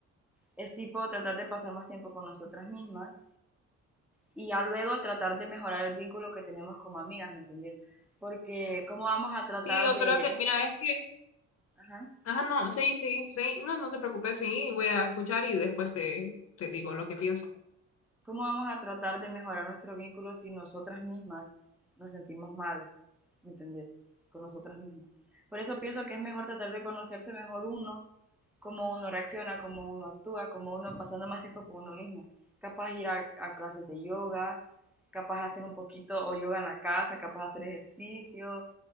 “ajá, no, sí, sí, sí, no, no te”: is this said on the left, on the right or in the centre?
Left